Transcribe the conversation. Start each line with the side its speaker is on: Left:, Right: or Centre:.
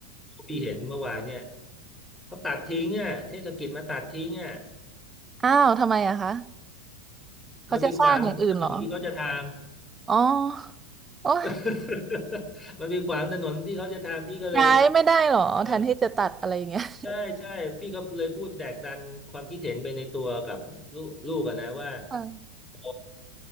Centre: พี่เห็นเมื่อวานเนี่ยเขาตัดทิ้งอ่ะเทศกิจมาตัดทิ้งอ่ะ
Right: อ้าวทำไมอะคะเขาจะสร้างอย่างอื่นเหรอ
Centre: มันไปขวางถนนที่เขาจะทำ
Right: อ๋อโอ้ย
Centre: <laughs> มันไปขวางถนนที่เขาจะทำพี่ก็เลย
Right: ย้ายไม่ได้เหรอแทนที่จะตัดอะไรอย่างเงี้ย
Centre: เออ ใช่ใช่พี่ก็เลยพูดแดกดันความคิดเห็นไปในตัวกับลูกลูกอะนะว่า
Right: ค่ะ
Centre: โอ้